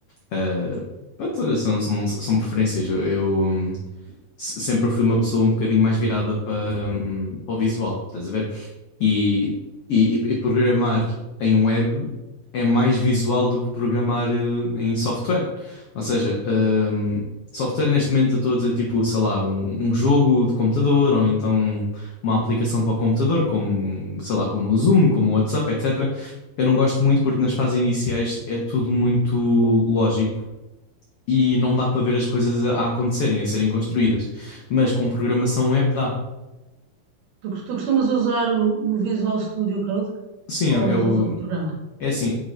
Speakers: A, on the left; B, on the right.
A: Ah, pronto, olha, são, são, são preferências. Eu, se- sempre fui uma pessoa um bocadinho mais virada para, hum, para o visual, estás a ver? E, e, e- e programar em web é mais visual do que programar eh, em software. Ou seja, hum, software neste momento eu estou a dizer tipo, sei lá, um, um jogo de computador ou então uma aplicação para o computador, como, sei lá, como o Zoom, como o WhatsApp, etc. Eu não gosto muito porque nas fases iniciais é tudo muito lógico e não dá para ver as coisas a, a acontecerem, a serem construídas. Mas com programação web dá.
B: Tu, tu costumas usar o, o Visual Studio Code
A: Sim,
B: ou
A: é, é
B: usas
A: o,
B: outro programa?
A: é assim,